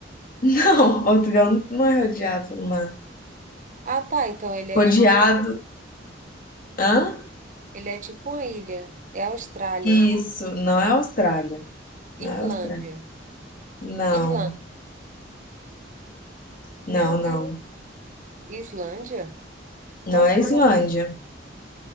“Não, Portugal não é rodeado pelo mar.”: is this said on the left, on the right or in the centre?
Left